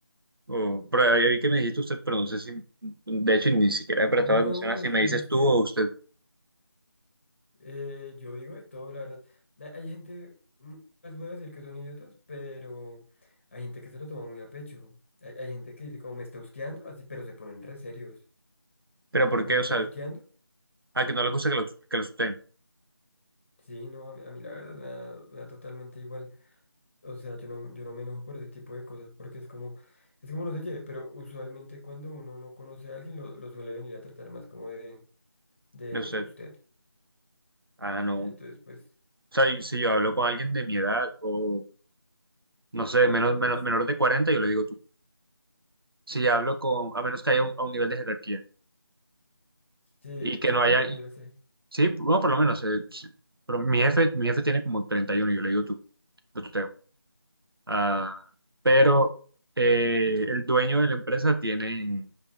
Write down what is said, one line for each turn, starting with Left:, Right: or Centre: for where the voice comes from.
Right: o, pero ahí vi que me dijiste usted, pero no sé si, de hecho, ni siquiera he
Left: no,
Right: prestado atención a si
Left: es,
Right: me
Left: es
Right: dices
Left: usted.
Right: tú o usted.
Left: Eh, yo digo de todo, la verdad. Hay, hay gente, no les voy a decir que son idiotas, pero hay gente que se lo toma muy a pecho. Hay, hay gente que dice como me está husqueando, así, pero se ponen re serios.
Right: Pero ¿por
Left: O
Right: qué?
Left: me
Right: O
Left: está
Right: sea,
Left: tuteando.
Right: a que no le gusta que lo, que lo sustenten,
Left: Sí, no, a mí, a mí la verdad me da, me da totalmente igual. O sea, yo no, yo no me enojo por ese tipo de cosas porque es como, es como no sé qué, pero usualmente cuando uno no conoce a alguien lo, lo suele venir a tratar más como de, de,
Right: de usted.
Left: de usted.
Right: Ah, no.
Left: Sí, entonces
Right: O
Left: pues,
Right: sea, y si yo hablo con alguien de mi edad, o no sé, menos, menos-
Left: este,
Right: menor de 40 yo le digo tú. Si hablo con, a menos que haya un, a un nivel de jerarquía
Left: sí,
Right: y que
Left: creo
Right: no
Left: que con
Right: haya,
Left: los niveles de...
Right: sí, bueno, por lo menos, eh, sí. pero mi jefe, mi jefe tiene como treinta y uno yo le digo tú, lo tuteo. Ah, pero eh, el dueño de la empresa tiene,